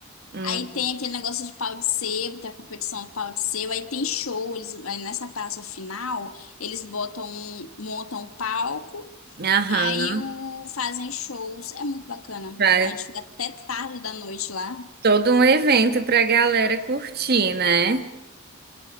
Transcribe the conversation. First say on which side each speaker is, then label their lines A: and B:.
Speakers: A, on the right; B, on the left.
A: Hum,
B: Aí tem aquele negócio de pau de sebo, tem a competição do pau de sebo, aí tem show, eles, aí nessa praça final, eles botam, um- montam um palco,
A: aham.
B: aí o, fazem shows, é muito bacana.
A: Pra-
B: A gente fica até tarde da noite lá,
A: Todo um evento pra galera curtir, né?